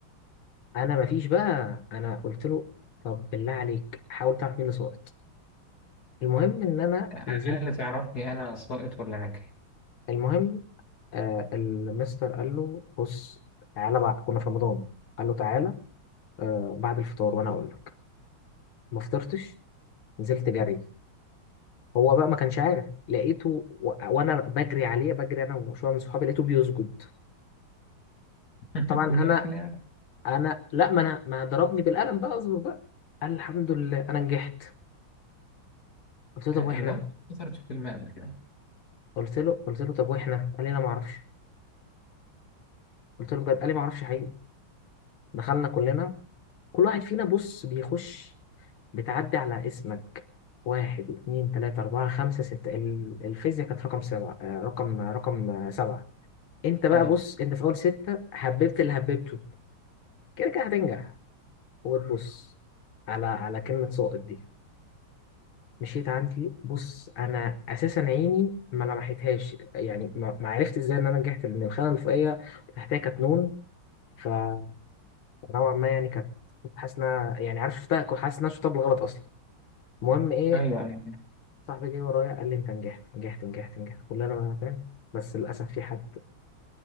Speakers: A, on the left; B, on the left.
A: انا مفيش بقى انا قلت له طب بالله عليك حاول تعرف مين اللي سقط المهم ان انا
B: على
A: نزلت
B: الاقل تعرفني انا ساقط ولا ناجح
A: المهم آه المستر قال له بص تعالى بعد كنا في رمضان قال له تعالى آه بعد الفطار وانا اقول لك ما فطرتش نزلت جري هو بقى ما كانش عارف لقيته و... وانا بجري عليه بجري انا وشويه من صحابي لقيته بيسجد
B: <laughs>
A: طبعا انا
B: نجح احنا
A: انا لا ما انا ما ضربني بالقلم بقى اصبر بقى قال الحمد لله انا نجحت قلت له طب
B: آه،
A: واحنا
B: اللقطه اتكسرت في فيلم قبل كده
A: قلت له قلت له طب واحنا قال لي انا ما اعرفش قلت له بجد قال لي ما اعرفش حقيقي دخلنا كلنا كل واحد فينا بص بيخش بتعدي على اسمك واحد اتنين تلاتة أربعة خمسة ستة ال- الفيزياء كانت رقم سبعة آه، رقم رقم آه، سبعة انت بقى
B: اه
A: بص انت في اول ستة حببت اللي حببته كده كده هتنجح وتبص على على كلمة ساقط دي مشيت عندي بص انا اساسا عيني ما لمحتهاش يعني ما ما عرفت ازاي ان انا نجحت لان الخانة الفوقية تحتها كانت نون فنوعا ما يعني كانت كنت حاسس انها يعني عارف شفتها كنت حاسس ان انا شفتها بالغلط اصلا المهم ايه
B: ايوه ايوه
A: صاحبي جه ورايا قال لي انت نجحت نجحت نجحت نجحت كلنا بقى فاهم بس للاسف في حد